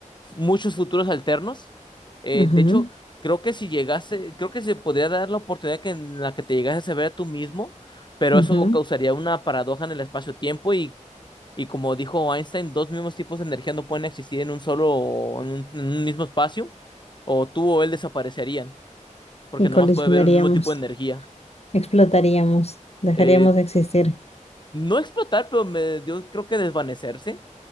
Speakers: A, on the left; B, on the left.
A: muchos futuros alternos. Eh,
B: ajá,
A: de hecho, creo que si llegase, creo que se podría dar la oportunidad que en la que te llegases a ver a tú mismo, pero
B: ajá.
A: eso causaría una paradoja en el espacio-tiempo y, y como dijo Einstein, dos mismos tipos de energía no pueden existir en un solo, en un, en un mismo espacio, o tú o él desaparecerían, porque
B: Y
A: nomás
B: colisionaríamos,
A: puede haber un mismo tipo de energía.
B: explotaríamos, dejaríamos
A: Eh,
B: de existir.
A: no explotar, pero me, yo creo que desvanecerse.